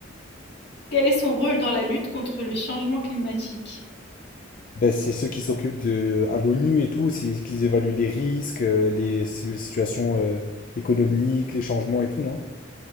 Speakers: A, on the left (about 60°); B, on the left (about 45°).
A: Quel est son rôle dans la lutte contre le changement climatique?
B: Ben, c'est ceux qui s'occupent de à l'ONU et tout, c'est ce qu'ils évaluent les risques, euh, les, si- les situations euh, économiques, les changements et tout, non?